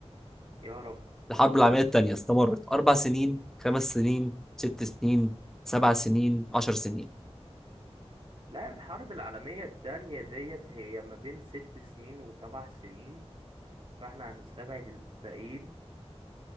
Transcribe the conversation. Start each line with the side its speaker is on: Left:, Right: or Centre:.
Right: يا رب
Centre: الحرب
Right: قول
Centre: العالمية الثانية استمرت أربع سنين خمس سنين ست سنين سبع سنين عشر سنين
Right: لا الحرب العالمية التانية ديت هي ما بين ست سنين وسبع سنين فاحنا هنستبعد الباقيين